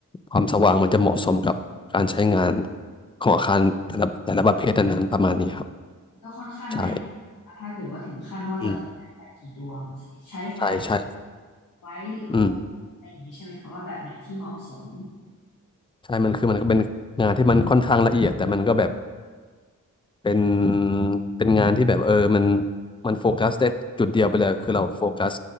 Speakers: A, on the left; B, on the left.
A: ความสว่างมันจะเหมาะสมกับการใช้งานของอาคารแต่ละแต่ละประเภทนั้นๆประมาณนี้ครับ
B: มันก็ค่อนข้างละเอียดนะถ้าเกิดว่าถึงขั้นว่าจะต้องใช้ไฟกี่ดวงใช้ไฟ
A: ใช่อืมใช่ใช่
B: ไว้วงอะไรอย่างนี้ใช่ไหมคะว่าแบบไหนที่เหมาะสม
A: อืมใช่มันคือมันก็เป็นงานที่มันค่อนข้างละเอียดแต่มันก็แบบ เป็นเป็นงานที่แบบเออมันมันโฟกัสได้จุดเดียวไปเลยคือเราโฟกัส